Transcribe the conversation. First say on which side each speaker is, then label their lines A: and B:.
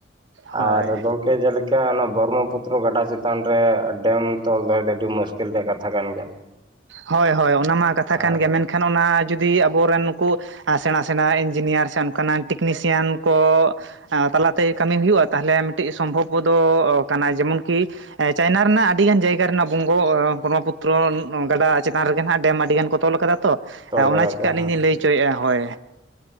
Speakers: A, on the right; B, on the right.
A: ᱦᱳᱭ
B: ᱟᱨ ᱜᱚᱝᱠᱮ ᱡᱮᱞᱮᱠᱟ ᱚᱱᱟ ᱵᱨᱢᱚ ᱯᱩᱛᱨᱚ ᱜᱟᱰᱟ ᱪᱮᱛᱟᱱ ᱨᱮ ᱰᱮᱢ ᱛᱚᱞ ᱫᱚᱦᱚᱭ ᱫᱚ ᱟᱹᱰᱤ ᱢᱩᱥ ᱠᱤᱞ ᱨᱮᱭᱟᱜ ᱠᱟᱛᱷᱟ ᱠᱟᱱ ᱜᱮᱭᱟ᱾
A: ᱦᱚᱭ ᱦᱚᱭ ᱚᱱᱟ ᱢᱟ ᱠᱟᱛᱷᱟ ᱠᱟᱱ
B: ᱟᱨ
A: ᱜᱮᱭᱟ ᱢᱮᱱᱠᱷᱟᱱ ᱚᱱᱟ ᱡᱩᱫᱤ ᱟᱵᱚᱨᱮᱱ ᱱᱩᱠᱩ᱾ ᱟ ᱥᱮᱬᱟ ᱥᱮᱬᱟ ᱤᱱᱡᱤᱱᱤᱭᱟᱨ ᱥᱮ ᱚᱱᱠᱟ ᱱᱟᱜ ᱴᱮᱠᱱᱤᱥᱤᱭᱟᱱ ᱠᱚ ᱟ ᱛᱟᱞᱟᱛᱮ ᱠᱟᱹᱢᱤ ᱦᱩᱭᱩᱜᱼᱟ ᱛᱟᱦᱞᱮ ᱢᱤᱫᱴᱤᱡ ᱥᱚᱢᱵᱷᱚᱵᱫᱚ ᱠᱟᱱᱟ ᱡᱮᱢᱚᱱ ᱠᱤ ᱪᱟᱭᱱᱟ ᱨᱮᱱᱟᱜ ᱟᱹᱰᱤ ᱜᱟᱱ ᱡᱟᱭᱜᱟ ᱨᱮᱱᱟᱜ ᱵᱩᱢᱵᱷᱳ ᱮ ᱵᱨᱚᱦᱚ ᱯᱩᱛᱨᱚ ᱱᱚ ᱜᱟᱰᱟ ᱪᱮᱛᱟᱱ ᱨᱮᱜᱮ ᱦᱟᱸᱜ ᱰᱮᱢ ᱟᱹᱰᱤ ᱜᱟᱱ ᱠᱚ ᱛᱚᱞ ᱠᱟᱫᱟ ᱛᱚ
B: ᱛᱚᱞ ᱠᱟᱫᱟ
A: ᱚᱱᱟ ᱪᱤᱠᱟ
B: ᱠᱚ
A: ᱟᱹᱞᱤᱧ
B: ᱦᱮᱸ
A: ᱞᱤᱧ ᱞᱟᱹᱭ ᱪᱚᱭᱜᱼᱟ ᱦᱚᱭ᱾